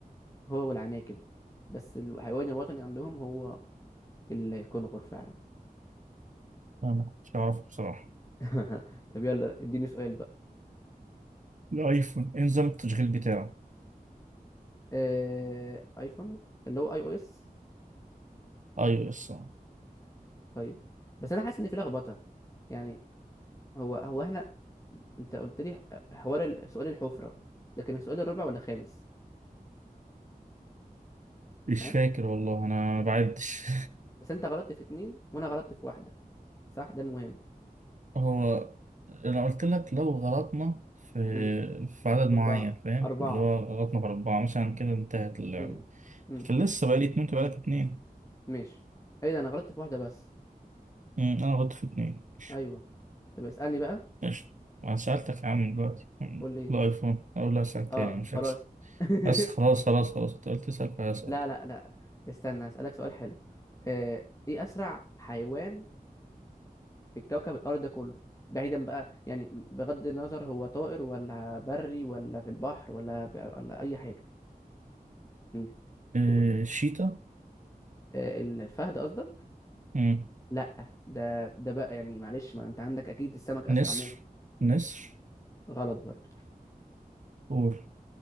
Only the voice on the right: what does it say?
أنا ما كنتش أعرفه بصراحة
الأيفون إيه نظام التشغيل بتاعه
أي أو إس آه.
مش
فاكر والله أنا بعدش
<laughs> هو أنا قلت لك لو غلطنا في
في عدد
معين فاهم
اللي هو غلطنا في أربعة مثلا كده انتهت اللعبة
لكن لسه بقالي اتنين أنت بقالك اتنين
أمم، أنا غلطت في اتنين ماشي
ماشي وأنا سألتك يا عم دلوقتي أمم،
الأيفون أقول لا أسألك
تاني مش
هكسب
بس خلاص خلاص خلاص أنت قلت تسأل فهسأل
آه،
شيتا
أمم،
نسر
نسر
قول